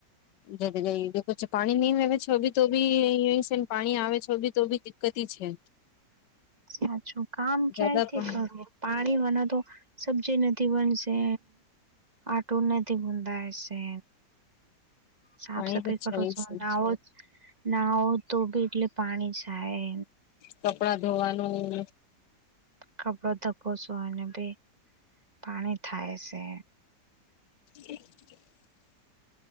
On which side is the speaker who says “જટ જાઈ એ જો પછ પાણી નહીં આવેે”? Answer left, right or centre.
Left